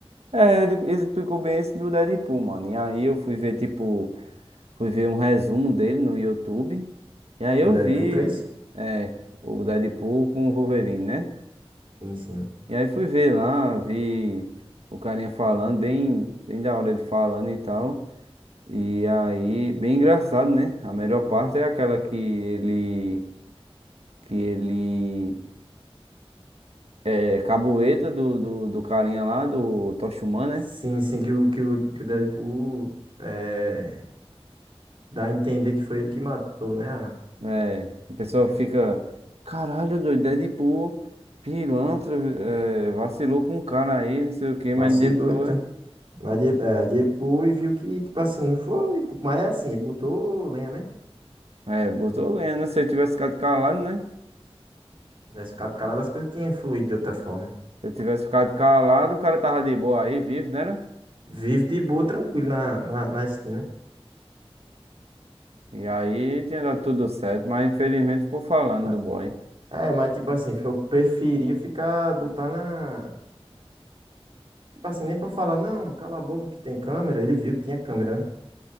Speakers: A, on the right; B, on the right.
A: É, ele ele explicou bem esse do Deadpool, mano. E aí eu fui ver, tipo, fui ver um resumo dele no YouTube. E aí eu
B: Do Deadpool
A: vi,
B: 3?
A: é, o Deadpool com o Wolverine, né?
B: Sim, sim.
A: E aí fui ver lá, vi o carinha falando, bem, bem da hora ele falando e tal. E aí, bem engraçado, né? A melhor parte é aquela que ele, que ele é, cabueta do, do, do carinha lá, do Tocha Humana,
B: Sim, sim, que o, que o, que o Deadpool eh, dá a entender que foi ele que matou, né? a-
A: né? É, a pessoa fica, caralho, doido, Deadpool, pilantra, é, vacilou com o cara aí, não sei o que,
B: Vacilou,
A: mas depois,
B: então. Mas de- é, depois viu que, tipo assim, não foi. Mas é assim, ele botou lenha, né?
A: é, botou lenha. né? Se eu tivesse ficado calado, né?
B: Tivesse ficado calado, as coisas tinham fluído de outra forma.
A: Se eu tivesse ficado calado, o cara tava de boa aí, vivo, né? né?
B: Vive de boa, tranquilo na, na, na esquina.
A: E aí tinha dado tudo certo, mas infelizmente ficou falando
B: Mas-
A: do boy.
B: É, mas tipo assim, eu preferia ficar, botar na. Tipo assim, nem pra falar, não, cala a boca que tem câmera. Ele viu que tinha câmera, né?